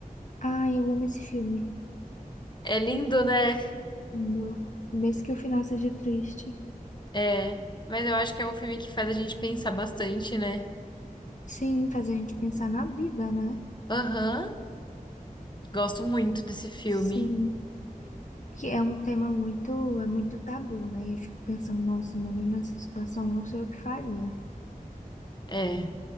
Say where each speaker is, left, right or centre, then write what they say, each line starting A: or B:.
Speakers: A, on the left; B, on the left.
A: Ah, eu amo esse filme.
B: É lindo, né?
A: Amo. Mesmo que o final seja triste.
B: É. Mas eu acho que é um filme que faz a gente pensar bastante, né?
A: Sim, faz a gente pensar na vida, né?
B: Aham. Gosto muito desse filme.
A: Sim. que é um tema muito, é muito tabu, né? E eu fico pensando, nossa, mano, eu nessa situação não sei o que faria.
B: É.